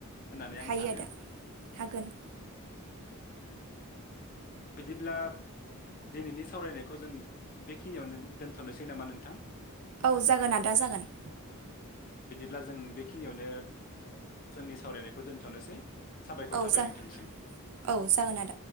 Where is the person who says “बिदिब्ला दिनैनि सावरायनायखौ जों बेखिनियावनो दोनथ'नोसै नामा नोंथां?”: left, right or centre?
Left